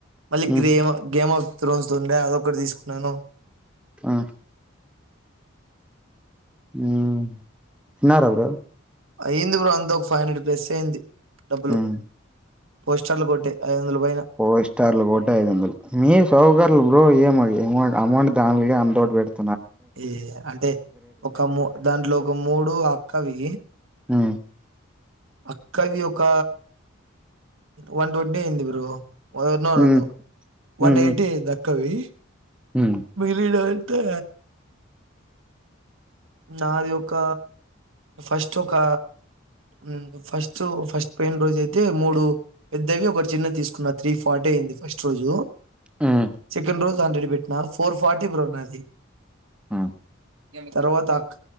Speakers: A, on the right; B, in the centre.
A: మళ్ళీ
B: మ్,
A: గిది ఏమో, గేమోఫ్ త్రోస్ స్తుందా అదొక్కటి తీసు నను
B: ఆ ఊమ్ తిన్నారా బ్రో
A: అయింది బ్రో అంత ఒక ఫైవ్ హండెడ్ పస్ అయింది డబ్బులు
B: మ్,
A: పోస్టర్లు కొట్టే ఐదు వందల పైన
B: ఫోస్టార్లు కొట్టె ఐదు వందలు మీరు సౌకర్లు బ్రో ఏమో ఏమో అమౌంట్ దాన్ మీదే అంతోటి వెడితే
A: ఏ అంటే ఒక మో దాంట్లో ముడు అక్కవి
B: ఆ
A: అక్కవి ఒక వన్ ట్వంటీ అయింది బ్రో ఓ నోను
B: మ్, మ్,
A: వన్
B: మ్,
A: ఎయిటీ అయిదా కవి
B: మ్,
A: మిగిలిన తే నాది ఒక ఫస్ట్ ఒక ఉ ఫస్ట్ ఫస్ట్ పోయిన రోజు అయితే మూడు పెద్దవి ఒకటి చిన్నది తీసుకున్నా త్రీ ఫార్టీ అయింది ఫస్ట్ రోజు
B: మ్,
A: సెకండ్ రోజు హండ్రెడ్ పెట్టిన ఫోర్ ఫార్టీ బ్రో నాది
B: ఆ
A: ఏంటి తర్వాత అక్క